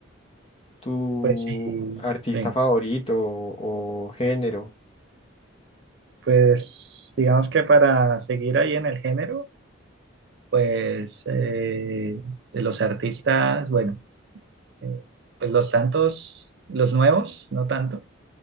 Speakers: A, on the left; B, on the right.
A: tu
B: Pues sí,
A: artista
B: sí.
A: favorito o, o género?
B: Pues digamos que para seguir ahí en el género, pues eh, de los artistas, bueno. Eh, pues los Santos, los nuevos, no tanto,